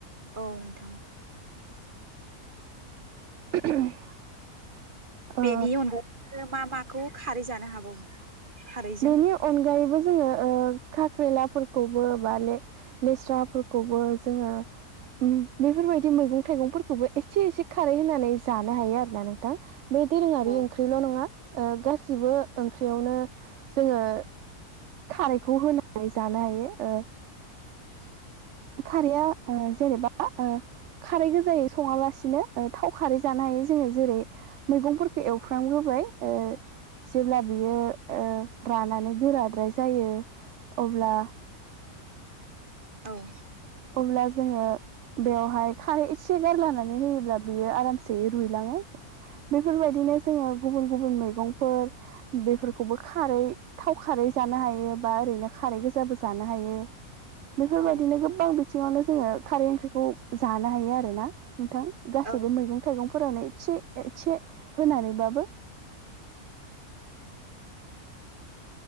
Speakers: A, on the right; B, on the right.
A: औ नोंथां।
B: <unintelligible> ओ
A: बेनि अनगायैबो मा माखौ खारै जानो हाबावो? खारैजों
B: बेनि अनगायैबो जोङो ओ खाख्रेलाफोरखौबो बा ले लेस्राफोरखौबो जोङो उम बेफोरबायदि मैगं थाइगंफोरखौबो एसे एसे खारै होनानै जानो हायो आरोना नोंथां। बे दोरोङारि
A: औ
B: ओंख्रिल' नङा ओ गासिबो ओंख्रियावनो जोङो खारैखौ होनानै जानो हायो ओ
A: <inaudible>
B: खारैया ओ जेनेबा ओ खारै गोजायै सङालासिनो थाव खारै जानो हायो जोङो जेरै मैगंफोरखौ एवफ्रामग्रोबाय ओ जेब्ला बियो ओ रानानै गोराद्राय जायो अब्ला
A: औ।
B: अब्ला जोङो बेवहाय खारै एसे गारलानानै होयोब्ला बियो आरामसेयै रुइलाङो बेफोरबायदिनो जोङो गुबुन गुबुन मैगंफोर बेफोरखौबो खारै थाव खारै जानो हायो बा ओरैनो खारै गोजाबो जानो हायो। बेफोरबायदिनो
A: औ
B: गोबां बिथिङावनो जोङो खारै ओंख्रिखौ जानो हायो आरोना नोंथां। गासैबो
A: औ
B: मैगं थाइगंफोरावनो एसे एसे होनानैबाबो